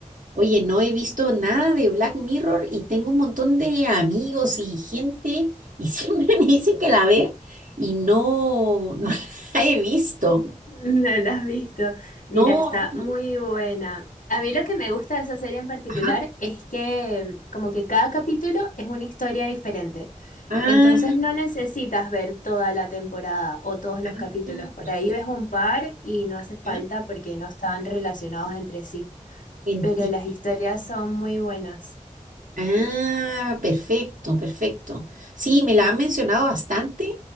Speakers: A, on the right; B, on the left.
A: Oye, no he visto nada de Black Mirror y tengo un montón de amigos y gente y siempre <laughs> me dicen que la ve y no, no <laughs> la he visto.
B: <laughs> No la has visto. Mira,
A: No,
B: está
A: no,
B: muy buena. A mí lo que me gusta de esa serie en particular
A: ajá.
B: es que em, como que cada capítulo es una historia diferente.
A: Ah,
B: Entonces no necesitas ver toda la temporada o todos los
A: ah,
B: capítulos. Por
A: pues,
B: ahí ves un par y no hace falta
A: ya,
B: porque no están relacionados entre sí.
A: enti-
B: pero las historias son muy buenas.
A: Ah, perfecto, perfecto. Sí, me la han mencionado bastante,